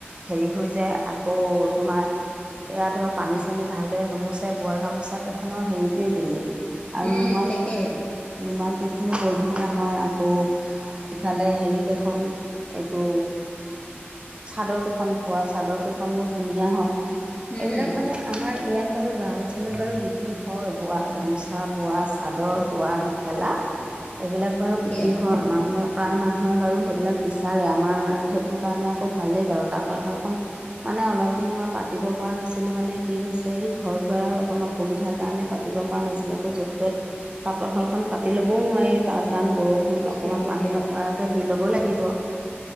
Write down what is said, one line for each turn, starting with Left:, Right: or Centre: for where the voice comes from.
Right: হেৰি হৈ যায় আকৌ তোমাৰ এয়া ধৰ পানী- চানী ভালদৰে নুমোচ চে বোৱা গামোচা কেইখনৰ হেৰিটোৱেই বেলেগ আৰু
Left: উম
Right: ৰুমাল
Left: তাকেইতো
Right: ৰুমাল কেইখনো বৰধুনীয়া হয় আকৌ। ইফালে হেৰিকেইখন এইটো চাদৰ কেইখন বোৱা চাদৰ কেইখনো ধুনীয়া হয়,
Left: উম
Right: এইবিলাক মানে আমাৰ ইয়াত বাৰু গাঁও অঞ্চলত বাৰু বিক্ৰী হয় বোৱা গামোচা, বোৱা চাদৰ, বোৱা মেখেলা। এইবিলাক বাৰু
Left: তাকে
Right: বিক্ৰী হয় মানুহে প্ৰায় মানুহে বাৰু সেইবিলাক বিচাৰে আমাৰ সেইটো কাৰণে আকৌ ভালেই বাৰু তাঁতৰশালখন মানে অলপ দিন মই পাতিব পৰা নাছিলোঁ মানে কি হৈছে এই হৈ যোৱাৰ অকণো অসুবিধাৰ কাৰণে পাতিব পৰা নাছিলো আকৌ য'ত - ত'ত তাঁতৰশালখন পাতি ল'বও নোৱাৰি তাৰ কাণ বৰ ষুণ
Left: সেইটোৱে
Right: অকণমান
Left: সেইটোৱে
Right: পানী নপৰাকৈ দি ল'ব লাগিব